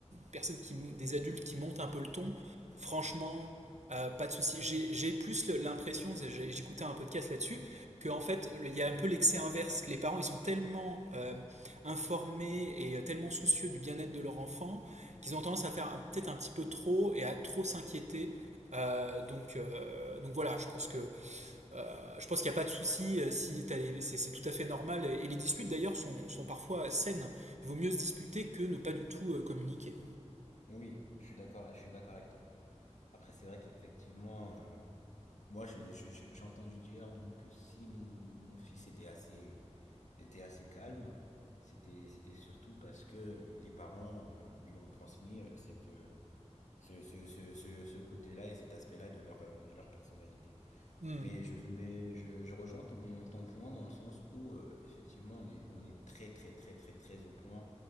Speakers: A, on the right; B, on the left.
A: personnes qui, des adultes qui montent un peu le ton, franchement, euh, pas de souci. J'ai j'ai plus l'impression, j'ai, j'écoutais un podcast là-dessus, qu'en fait, il y a un peu l'excès inverse, que les parents, ils sont tellement euh, informés et euh, tellement soucieux du bien-être de leur enfant, qu'ils ont tendance à faire un, peut-être un petit peu trop et à trop s'inquiéter. Euh, donc, euh, donc voilà, je pense que euh, je pense qu'il n'y a pas de souci. euh, Si c'est c'est tout à fait normal. Et les disputes d'ailleurs sont, sont, parfois saines. Il vaut mieux se disputer que ne pas du tout euh, communiquer.
B: Oui, je suis d'accord, je suis d'accord avec toi. Après, c'est vrai qu'effectivement, euh, Moi, j'ai j'ai- j'ai j'ai entendu dire donc que si mon, mon fils était assez, était assez calme, c'était, c'était surtout parce que euh, les parents euh, lui ont transmis euh, cette, euh, ce, ce, ce, ce, ce côté-là et cet aspect-là de leur, euh, de leur personnalité.
A: Hmm.
B: Mais je, mais je, je rejoins ton, ton point dans le sens où, euh, effectivement, on est, on est très, très, très, très, très au point.